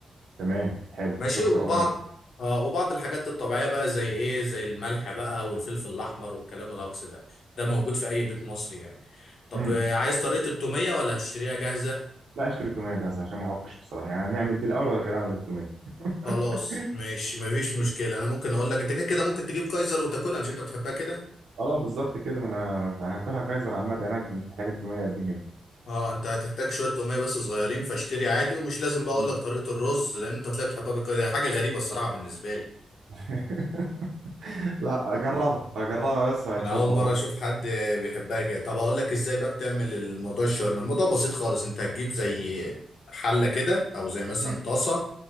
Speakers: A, on the right (about 75°); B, on the left (about 75°).
A: تمام حلو
B: ماشي
A: شكرا
B: وبعض
A: اه
B: اه وبعض الحاجات الطبيعيه بقى زي ايه زي الملح بقى والفلفل الاحمر والكلام الهجص ده ده موجود في اي بيت مصري يعني طب
A: امم
B: آه، عايز طريقه التوميه ولا هتشتريها جاهزه
A: لا اشتري توميه جاهزه عشان ما اعكش بصراحه يعني نعمل دي الاول وبعد كده اعمل التوميه <laughs>
B: خلاص ماشي مفيش مشكله انا ممكن اقول لك انت كده كده ممكن تجيب كايزر وتاكلها مش انت بتحبها كده
A: اه بالظبط كده ما انا هاكلها كايزر عامه يعني انا مش محتاج التوميه قد كده
B: اه انت هتحتاج شويه توميه بس صغيرين فاشتري عادي ومش لازم بقى اقول
A: مم.
B: لك طريقه الرز لان انت طلعت تحبها بالك- دي حاجه غريبه الصراحه بالنسبه لي
A: <laughs> لا جربها جربها بس وهتشوف
B: انا اول
A: والله
B: مره اشوف حد بيحبها كده طب اقول لك ازاي بقى بتعمل الموضوع الشاورما الموضوع بسيط خالص انت هتجيب زي حله كده او زي مثلا
A: مم.
B: طاسه